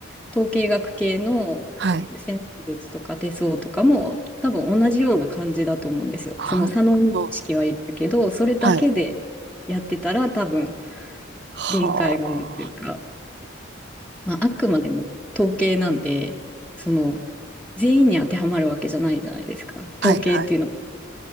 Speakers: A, in the centre; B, on the right (about 60°).
A: 統計学系の占星術とか手相とかも多分同じような感じだと思うんですよ。
B: はい。あ、
A: その差の意識はいるけど、
B: そう。
A: それだけでやってたら多分
B: はい。はあ。
A: 限界があるっていうか、まああくまでも統計なんで、その全員に当てはまるわけじゃないじゃないですか。
B: はい、
A: 統計っていうのは
B: はい。